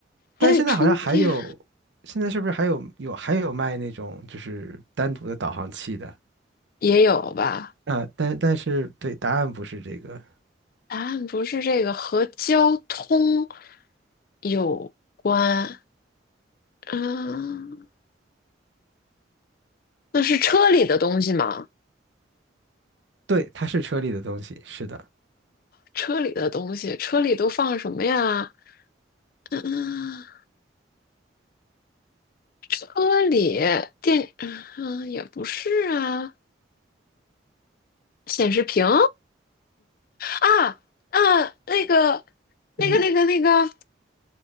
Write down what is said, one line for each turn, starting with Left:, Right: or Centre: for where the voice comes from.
Right: 但是现在好像还有，
Left: 还得充电，
Right: 现在是不是还有有还有卖那种就是单独的导航器的
Left: 也有吧？
Right: 啊？但但是对，答案不是这个，
Left: 答案不是这个，和交通有关。嗯，那是车里的东西吗？
Right: 对，它是车里的东西，是的，
Left: 车里的东西，车里都放什么呀？嗯嗯，车里电，嗯，也不是啊，显示屏啊啊，那个，那个，
Right: 嗯
Left: 那个，那个。